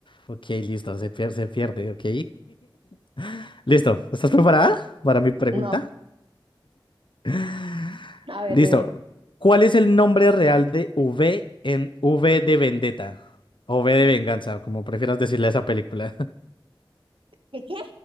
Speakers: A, on the left; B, on the right.
A: Ok, listo, se pierde, se pierde, ok. <laughs> Listo, ¿estás preparada para mi pregunta?
B: No,
A: <laughs>
B: a ver,
A: Listo.
B: dime.
A: ¿Cuál es el nombre real de V en V de Vendetta? O V de Venganza, como prefieras decirle a esa película. <laughs>
B: ¿Qué qué?